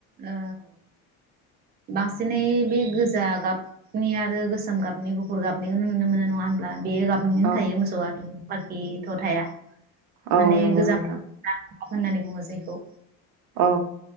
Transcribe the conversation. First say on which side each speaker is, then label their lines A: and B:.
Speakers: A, on the right; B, on the right.
A: ओ बांसिनै बे गोजा गाब नि आरो गोसोम गाबनि गुफुर गाबनिखौनो नुनो मोनो नङा होमब्ला बे गाबनिनो
B: औ
A: थायो मोसौआ आरो बाखिथ थाया
B: औ
A: माने
B: नंगौ
A: गोजा
B: नोंथां
A: <inaudible> होननानै बुङो जायखौ
B: औ